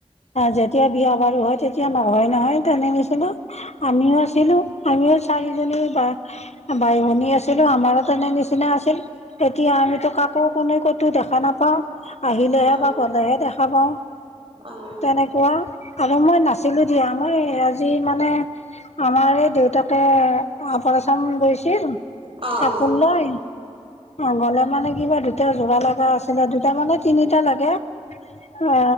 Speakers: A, on the left; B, on the right.
A: যেতিয়া বিয়া বাৰু হয় তে এতিয়া নহয় নহয় তেনে নিচিনা আমিও আছিলোঁ আমিও চাৰিজনীও বা বাই ভনী আছিলোঁ, আমাৰ তেনে নিচিনা আছিল। এতিয়া আমিতো কাকো কোনে ক'তো দেখা নাপাওঁ। আহিলেহে
B: অ
A: বা গ'লেহে দেখা পাওঁ।
B: অ
A: তেনেকুৱা আৰু মই নাছিলোঁ দিয়া মই আজি মানে আমাৰ এই দেউতাকে অপাৰেচন গৈছিল।
B: অ অ
A: কাপোন নাই। অ গলে মানে কিবা দুটা যোৰা লগা আছিলে দুটা মানে তিনিটা লাগে। অ